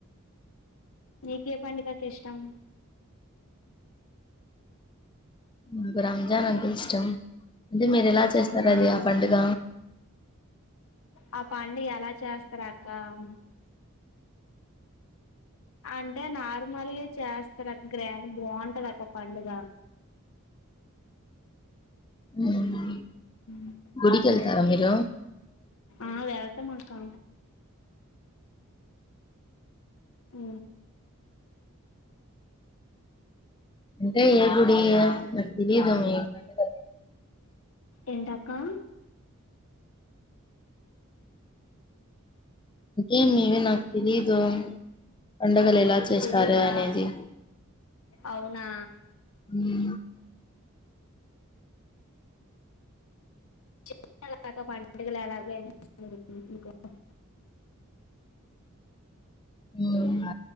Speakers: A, on the left (about 70°); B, on the left (about 20°).
A: నీకే పండుగకి ఇష్టం
B: మ రంజాన్ అంటే ఇష్టం అంటే మీరు ఎలా చేస్తారు
A: అవునా
B: అది ఆ పండుగ?
A: ఆ పండేగ ఏల రకామ్ అంటే నార్మల్గా చేస్తారు అక్క గ్రాండ్ బావుంటది అక్క పండుగ
B: మ్మ్
A: మ్
B: గుడికెళ్తారా మీరు
A: ఆ వే త మాకా అ
B: అంటే ఏ గుడి నాకు తెలీదు మీ పండుగలు
A: ఎంత కా
B: ఏమి ఇవి నాకు తెలీదు పండుగలు ఎలా చేస్తారు
A: తెలీదా?
B: అనేది
A: అవునా
B: మ్మ్
A: చే ఎలాగా పండుగలు ఎలాగ అ
B: ఉహ